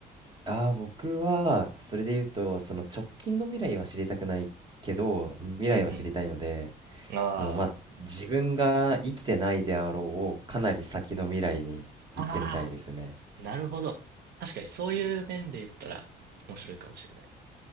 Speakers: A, on the right (about 25°); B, on the right (about 70°).
A: ああ、僕は、それで言うと、その直近の未来は知りたくないけど、未来は知りたいので、
B: うんうん。あ
A: あの、まあ、自分が生きてないであろう、かなり先の未来に行ってみたいですね。
B: あ、ああ、なるほど。確かにそういう面で言ったら面白いかもしれない。